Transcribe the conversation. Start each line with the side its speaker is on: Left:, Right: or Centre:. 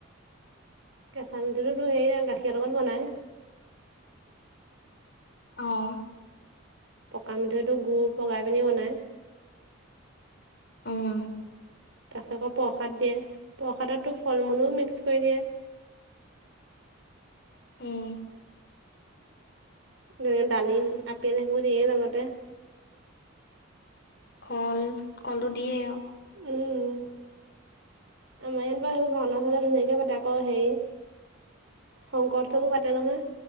Right: কেঁচা মিঠৈটো সেই গাখীৰৰ লগত বনাই। <inaudible>
Left: অহঁ।
Right: পকা মিঠৈটো গুৰ পগাই পিনি বনাই।
Left: অঁহ
Right: তাৰপিছত আকৌ প্ৰসাদ দিয়ে প্ৰসাদতো ফল মূলো মিক্স কৰি দিয়ে,
Left: উম।
Right: যেনে ডালিম, আপেল সেইবোৰ দিয়ে লগতে।
Left: কল কলটো দিয়ে আৰু।
Right: উম। আমাৰ ইয়াত বা সেইবোৰ ভাওঁনা চাওঁনা ধুনীয়াকে পাতে আকৌ হেৰি শংকৰ উৎসৱো পাতে নহয়।